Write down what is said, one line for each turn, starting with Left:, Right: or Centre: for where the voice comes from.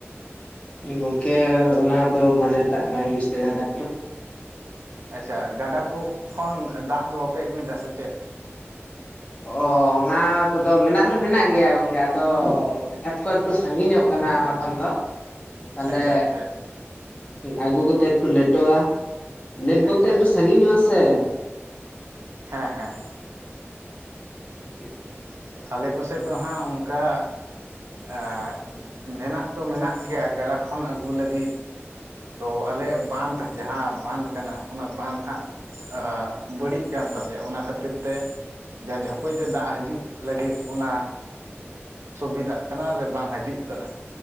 Left: ᱜᱚᱝᱠᱮ ᱚᱱᱟ ᱫᱚ ᱢᱟᱱᱮᱴᱟᱜ ᱵᱟᱧ ᱵᱩᱡ ᱫᱟᱲᱮ ᱫᱟ ᱛᱚ,
Right: ᱟᱪᱪᱷᱟ ᱜᱟᱰᱟ ᱠᱩ ᱠᱷᱚᱱ ᱫᱟᱜ ᱫᱚ ᱵᱟᱯᱮ ᱟᱹᱜᱩᱭᱮᱫᱟ ᱥᱮᱪᱮᱫ? <inaudible>
Left: ᱚ ᱚᱱᱟ ᱠᱚᱫᱚ ᱢᱮᱱᱟᱜ ᱫᱚ ᱢᱮᱱᱟᱜ ᱜᱮᱭᱟ ᱜᱚᱝᱠᱮ ᱟᱫᱚ ᱠᱷᱮᱛ ᱠᱚ ᱮᱠᱴᱩ ᱥᱟᱺᱜᱤᱧᱚᱜ ᱠᱟᱱᱟ ᱚᱱᱟ ᱠᱷᱚᱱ ᱫᱚ ᱾ ᱛᱟᱦᱞᱮ
Right: ᱟᱪᱪᱷᱟ ᱟᱪᱪᱷᱟ
Left: ᱟᱜᱩ ᱠᱚᱛᱮ ᱮᱠᱴᱩ ᱞᱮᱴᱚᱜᱼᱟ ᱾ ᱞᱮᱴ
Right: ᱟᱪᱪᱷᱟ
Left: ᱵᱚᱞᱛᱮ ᱮᱠᱴᱩ ᱥᱟᱺᱜᱤᱧᱚᱜᱼᱟ ᱥᱮ,
Right: ᱦᱮᱸ ᱦᱮᱸ ᱦᱮᱸ ᱾
Left: <unintelligible>
Right: ᱟᱪᱷᱟ ᱟᱞᱮ ᱠᱚ ᱥᱮᱫ ᱫᱚ ᱦᱟᱸᱜ ᱚᱝᱠᱟ ᱟᱸᱜ ᱢᱮᱱᱟᱜ ᱫᱚ ᱢᱮᱱᱟᱜ ᱜᱮᱭᱟ ᱜᱟᱰᱟ ᱠᱷᱚᱱ ᱟᱹᱜᱩ ᱞᱟᱹᱜᱤᱫ ᱛᱚ ᱟᱞᱮᱭᱟᱜ ᱵᱟᱸᱫᱽ ᱡᱟᱦᱟ ᱵᱟᱸᱫᱽ ᱠᱟᱱᱟ ᱚᱱᱟ ᱵᱟᱸᱫᱷ ᱦᱟᱸᱜ ᱟᱜ ᱵᱟᱹᱲᱤᱡ ᱠᱟᱱ ᱛᱟᱞᱮᱭᱟ, ᱚᱱᱟ ᱠᱷᱟᱹᱛᱤᱨ ᱛᱮ ᱡᱟ ᱡᱷᱟᱹᱯᱟᱹᱭ ᱛᱮ ᱫᱟᱜ ᱦᱟᱡᱩᱜ ᱞᱟᱹᱜᱤᱫ ᱚᱱᱟ ᱥᱩᱵᱤᱫᱟᱜ ᱠᱟᱱᱟ ᱥᱮ ᱵᱟᱝ ᱦᱟᱡᱩᱜ ᱠᱟᱱᱟ